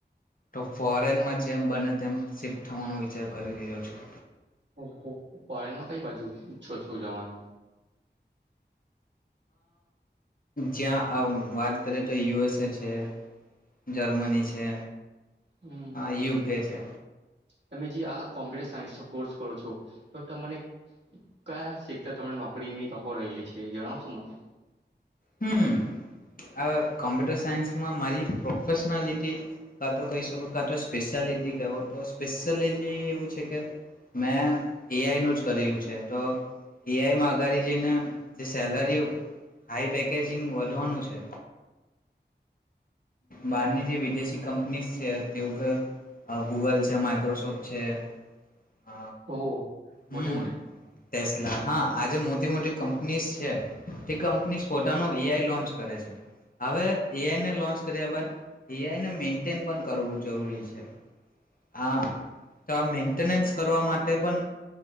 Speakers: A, on the left; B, on the right.
A: તો ફોરેન માં જેમ બને તેમ શિફ્ટ થવાનો વિચાર કરી રહ્યો છ
B: હ ફોરેનમાં કઈ બાજુ ઈચ્છો છો જવાનો
A: જ્યાં વાત કરીએ તો યુએસએ છે જર્મની છે
B: હમ
A: હા યુકે છે
B: તમે જ આ કોમ્પ્યુટર સાયન્સ ન કોર્સ કરો છું તો તને કયા સીખતા ત નોકરીની તકો રહેલી છે જણાવશો મને
A: હમ આ કમ્પ્યુટર સાયન્સમાં મારી પ્રોફેશનાલિટી કા તો કહી શકો કા તો સ્પેશિયાલિટી કહેો તો સ્પેશિયાલિટી એવું છે કે મેં એઆઈનું જ કર્યું છે તો એઆઈમાં અગાડી જઈને જે સેલરી હાઈ પેકેજિંગ વધવાનું છે બહારની જે વિદેશી કંપનીઝ છે તેવું કે ગૂગલ છે માઈક્રોસોફ્ટ છે હ
B: ઓ
A: હમ
B: મોટી મોટી
A: ટેસલા હા આજે મોટી મોટી કંપનીઝ છે તે કંપનીઝ પોતાનું એઆઈ લોન્ચ કરે છે હવે એઆઈને લોન્ચ કર બાદ એઆઈને મેન્ટેન પણ કરવું જરૂરી છે હા તો આ મેન્ટેનન્સ કરવા માટે પણ